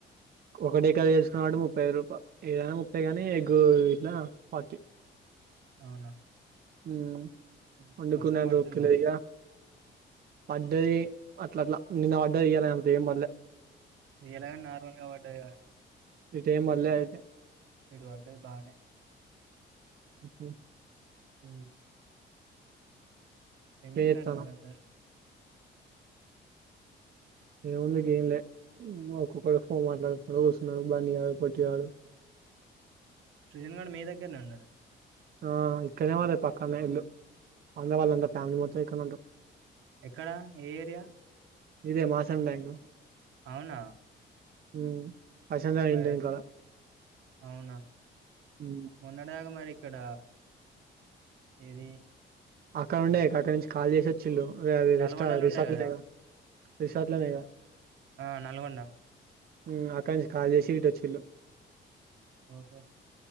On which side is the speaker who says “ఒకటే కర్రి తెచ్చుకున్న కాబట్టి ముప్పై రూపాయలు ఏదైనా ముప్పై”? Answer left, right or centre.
Right